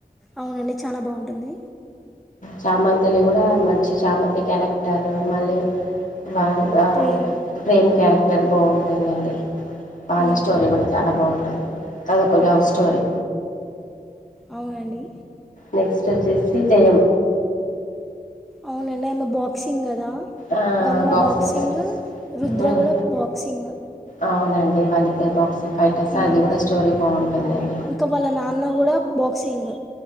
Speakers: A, in the centre; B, on the left.
A: అవునండి చానా బాగుంటుంది
B: చామంతిలో గూడా మంచి చామంతి క్యారెక్టర్ మళ్ళీ వాళ్ ఆ
A: ప్రేమ్
B: ప్రేమ్ క్యారెక్టర్ బాగుంటుందండి ఆళ్ళ
A: మ్మ్.
B: స్టోరీ గుడా చాలా బాగుంటది అదొక లవ్ స్టోరీ
A: అవునండి
B: నెక్స్ట్ ఒచ్చేసి జయం
A: అవునండి ఆమె బాక్సింగ్ గద్ దా
B: ఆ
A: గంగా బాక్సింగ్
B: ఫైటర్స్
A: రుద్ర
B: ఉమ్
A: గూడా బాక్సింగ్
B: అవునండి వాళ్ళిద్దర్ బాక్స్ ఫైటర్స్ అది
A: మ్మ్.
B: గుడా స్టోరీ బాగుంటుందండి
A: ఇంకా వాళ్ళ నాన్న కూడా బాక్సింగ్